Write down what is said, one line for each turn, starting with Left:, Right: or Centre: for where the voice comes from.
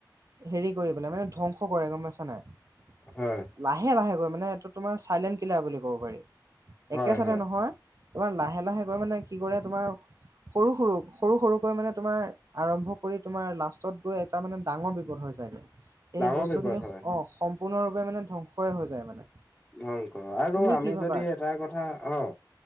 Right: সেৰি কৰি পেলাই। মানে, ধ্বংস কৰে। গ'ম পাইছা নাই?
Left: হয়!
Right: লাহে-লাহে কৈ মানে। এইটো তোমাৰ চাইলেণ্ট কিলাৰ বুলি ক'ব পাৰি।
Left: হয়
Right: একে চাইডে
Left: হয়
Right: নহয়। তোমাৰ লাহে-লাহে কৈ মানে, কি কৰে তোমাৰ সৰু-সৰু, সৰু-সৰুকৈ মানে, তোমাৰ আৰম্ভ কৰি তোমাৰ লাষ্টত গৈ তাৰমানে, ডাঙৰ বিপদ হৈ যায়গে। সেই
Left: ডাঙৰ
Right: বস্তু
Left: বিপদ
Right: খিনি অ'!
Left: হয়
Right: সম্পূৰ্ণৰূপে মানে, ধ্বংসই হৈ যায় মানে।
Left: ধ্বংস। আৰু
Right: তুমি
Left: আমি
Right: কি ভাবা
Left: যদি এটা কথা অ'!